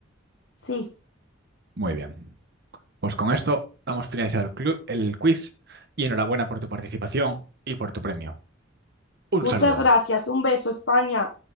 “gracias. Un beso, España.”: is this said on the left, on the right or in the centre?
Left